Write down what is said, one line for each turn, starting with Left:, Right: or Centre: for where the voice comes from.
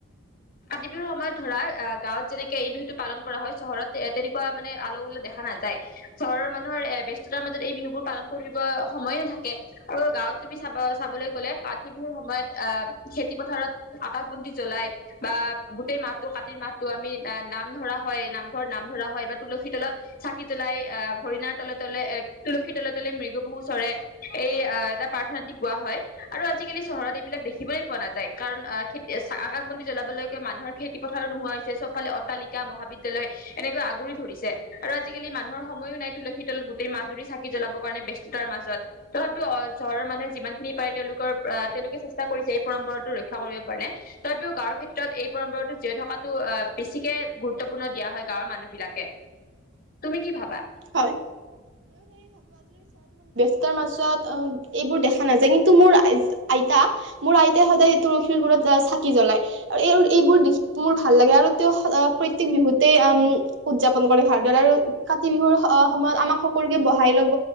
Left: কাতি বিহুৰ সময়ত ধৰা, গাঁৱত যেনেকে এই বিহুতটো পালন কৰা হয়, চহৰত তেনেকুৱা মানে আল্ল-উল্লহ দেখা নাযায়, চহৰৰ মানুহৰ ব্যস্ততাৰ মাজত এই বিহুবোৰ পালন কৰিব সময়ে নাথাকে, আৰু গাঁৱত তুমি চাব-চাবলৈ গলে কাতি বিহুৰ সময়ত আহ খেতি-পথাৰত আকাশ বন্তি জলাই বা গোটেই মাহটো কাতিৰ মাহটো আমি নাম ধৰা হয়, নামঘৰত নাম ধৰা হয় বা তুলসী তলত চাকি জ্বলাই, আহ হৰিণাৰ তলে-তলে এ তুলসীৰ তলে-তলে, মৃগ পহু চৰে এই এটা প্ৰাৰ্থনা দি গোৱা হয় আৰু আজিকালি চহৰত এইবিলাক দেখিবলৈ পোৱা নাযায়, কাৰণ আহ খেতি আকাশবন্তি জ্বলাবলৈকে মানুহৰ খেতি-পথাৰো নোহোৱা হৈছে, চব ফালে অট্টালিকা বিদ্যালয়ৰ-মহাবিদ্যালয়, এনেকৈ আগুৰি ধৰিছে, আৰু আজিকালি মানুহৰ সময়ো নাই, তুলসী তল গোটেই মাহজুৰি চাকি জ্বলাব কাৰণে, ব ব্যস্ততাৰ মাজত, তথাপিও চহৰৰ মানুহে যিমানখিনি পাৰে তেওঁলোকৰ আহ তেওঁলোকে চেষ্টা কৰিছে, এই ৰক্ষা কৰিব পাৰে, তথাপিও গাঁৱৰ ক্ষেত্ৰত এই পৰম্পৰাতো জীয়াই থকাটো অ বেছিকে গুৰুত্বপূৰ্ণ দিয়া হয় গাঁৱৰ মানুহ বিলাকে, তুমি কি ভাবা?
Right: হয় ব্যস্ত মাজত, অ, এইবোৰ দেখা নাযায়, কিন্তু মোৰ আইতা, মোৰ আইতা সতে সদায় তুলসীৰ গুৰিত এ চাকি জ্বলাই, আৰু এই-এইবোৰ দেখি মোৰ ভাল লাগে, আৰু তেওঁ প্ৰত্যেক বিহুতে মম উদযাপন কৰে, ভাৰতত আৰু কাতি বিহুৰ সময়ত আমাক সকলোকে বহাই লব,